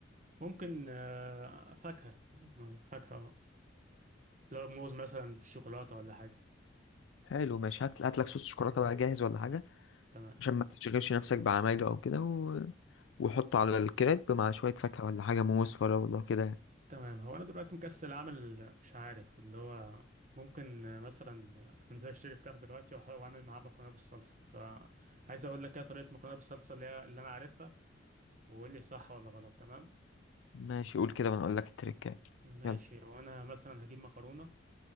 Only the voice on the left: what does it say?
حلو ماشي هات هات لك صوص شوكولاته بقى جاهز ولا حاجه
عشان ما تشغلش نفسك بعمايله او كده و... وحطه على الكريب مع شويه فاكهه ولا حاجه موز فراوله كده يعني.
ماشي قول كده وانا اقول لك التريكات
يلا